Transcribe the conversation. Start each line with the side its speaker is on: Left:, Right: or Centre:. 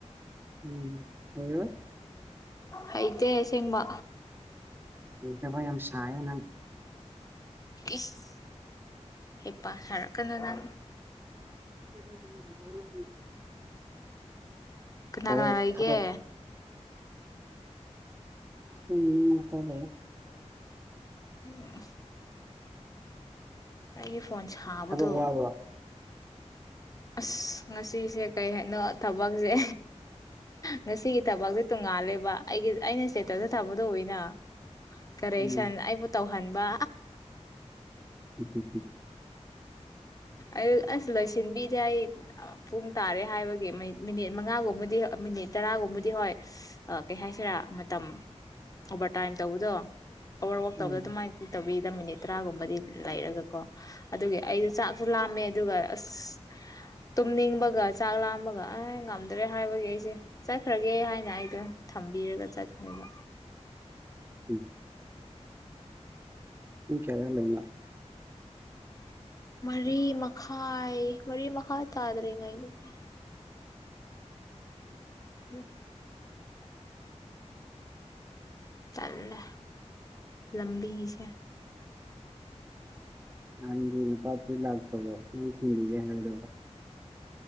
Right: ꯎꯝ ꯍꯩꯔ‌ꯣꯏ
Left: ꯍꯩꯇ‌ꯦ ꯑꯁꯦꯡꯕ
Right: ꯍꯩꯇꯕꯥ ꯌꯥꯝ ꯁꯥꯏꯌꯦ ꯅꯪ
Left: ꯏꯁ ꯍꯩꯄꯥ ꯁꯥꯔꯛꯀꯅꯣ ꯅꯪ
Right: <unintelligible>
Left: ꯀꯅꯥ
Right: ꯇꯧ
Left: ꯀꯅꯥ ꯂꯩꯒꯦ
Right: ꯊꯕꯛ ꯑꯩ ꯅꯤꯌ‌ꫭꯛꯇ ꯂꯩꯌ‌ꯦ
Left: ꯎꯝ ꯑꯩꯒꯤ ꯐꯣꯟ ꯁꯥꯕꯗꯣ
Right: ꯊꯕꯛ ꯋꯥꯕꯔꯣ
Left: ꯑꯁ ꯉꯁꯤꯁꯦ ꯀꯩ ꯍꯥꯏꯅꯣ ꯊꯕꯛꯁꯦ ꯉꯁꯤꯒꯤ ꯊꯕꯛꯁꯦ ꯇꯣꯡꯉꯥꯜꯂꯦꯕ ꯑꯩꯒꯤ ꯑꯩꯅ ꯏꯁꯇꯦꯠꯇꯗ ꯊꯝꯕꯗꯣ ꯎꯏꯅꯥ ꯀꯔꯦꯛꯁꯟ
Right: ꯎꯝ
Left: ꯑꯩꯕꯨ ꯇꯧꯍꯟꯕ
Right: <unintelligible>
Left: ꯑꯗꯨ ꯑꯁ ꯂꯣꯏꯁꯤꯟꯕꯤꯗꯦ ꯑꯩ ꯄꯨꯡ ꯇꯥꯔꯦ ꯍꯥꯏꯕꯒꯤ ꯃꯤꯅꯤꯠ ꯃꯉꯥꯒꯨꯝꯕꯗꯤ ꯃꯤꯅꯤꯠ ꯇꯔꯥꯒꯨꯝꯕꯗꯤ ꯍꯣꯏ ꯑꯥ ꯀꯩ ꯍꯥꯏꯁꯤꯔꯥ ꯃꯇꯝ ꯑꯣꯚꯔꯇꯥꯏꯝ ꯇꯧꯕꯗꯣ ꯑꯣꯕꯔꯋꯔꯥꯛ ꯇꯧꯗ
Right: ꯎꯝ
Left: ꯑꯗꯨꯃꯥꯏꯅꯗꯤ ꯇꯧꯕꯤꯗ ꯃꯤꯅꯤꯠ ꯇꯔꯥꯒꯨꯝꯕꯗꯤ ꯂꯩꯔꯒꯀꯣ ꯑꯗꯨꯒꯤ ꯑꯩꯗꯣ ꯆꯥꯛꯁꯨ ꯂꯥꯝꯃꯦ ꯑꯗꯨꯒ ꯑꯁ ꯇꯨꯝꯅꯤꯡꯕꯒ ꯆꯥꯛ ꯂꯥꯝꯕꯒ ꯑꯦ ꯉꯝꯗ꯭ꯔꯦ ꯍꯥꯏꯕꯒꯤ ꯑꯩꯁꯦ ꯆꯠꯈ꯭ꯔꯒꯦ ꯍꯥꯏꯅ ꯑꯩꯗꯣ ꯊꯝꯕꯤꯔꯒ ꯆꯠꯄꯅꯦꯕ
Right: ꯎꯝ ꯄꯨꯡ ꯀꯌꯥꯗ ꯍꯜꯂꯛꯏꯅ‌ꯣ
Left: ꯃꯔꯤ ꯃꯈꯥꯏ ꯃꯔꯤ ꯃꯈꯥꯏ ꯇꯥꯗ꯭ꯔꯤꯉꯩꯗꯨꯅꯤ ꯎꯝ ꯇꯜꯂꯦ ꯂꯝꯕꯤꯁꯦ
Right: ꯅꯥꯍꯟꯒꯤ ꯅꯨꯄꯥ ꯗꯨꯗꯤ ꯂꯥꯛꯇꯕꯔꯣ ꯅꯪ ꯊꯤꯟꯕꯤꯒꯦ ꯍꯥꯏꯗꯣ